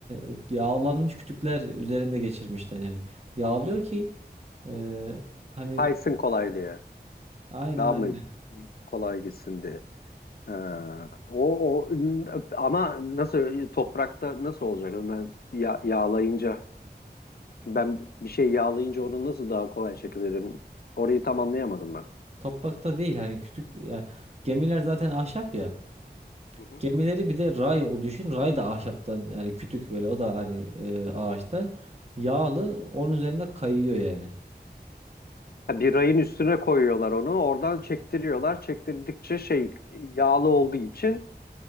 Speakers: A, on the right; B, on the left.
A: e, yağlanmış kütükler üzerinde geçirmişler yani. Yağlıyor ki e, hani
B: Kaysın kolay diye.
A: aynen
B: Daha
A: aynen
B: mı kolay gitsin diye. Ha, o, o ama nasıl toprakta nasıl olacak? Ben ya- yağlayınca ben bir şey yağlayınca onu nasıl daha kolay çekebilirim? Orayı tam anlayamadım ben.
A: toprakta değil hani kütük yani gemiler zaten ahşap ya.
B: Hı hı.
A: Gemileri bir de ray o düşün. Ray da ahşaptan yani kütük böyle o da hani e, ağaçtan
B: Hı.
A: yağlı onun üzerinde kayıyor yani.
B: Ha, bir rayın üstüne koyuyorlar onu. Oradan çektiriyorlar. Çektirdikçe şey yağlı olduğu için